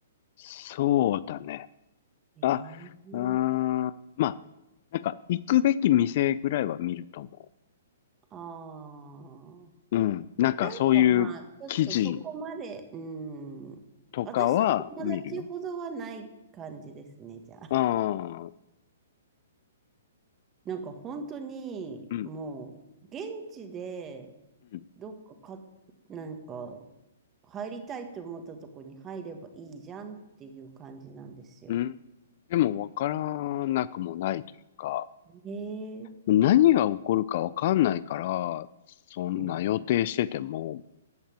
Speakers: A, on the left; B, on the right.
A: そうだね。
B: ええー。
A: あ、うーん、まあ、なんか、行くべき店ぐらいは見ると思
B: ああ
A: う。うん、なんか、
B: なんかまあ、
A: そういう記事
B: ちょっとそこまで、うーん。
A: とかは見るよ。
B: 私と友達ほどはない感じですね、じゃあ。
A: ああ、
B: なんか本当に、
A: うん。
B: もう、現地で、
A: うん
B: どっかか、なんか、入りたいと思ったとこに入ればいいじゃんっていう感じなんですよ。
A: うん。でもわからなくもないというか、
B: ええ
A: 何が起こるかわかんないから、そんな予定してても、
B: はい。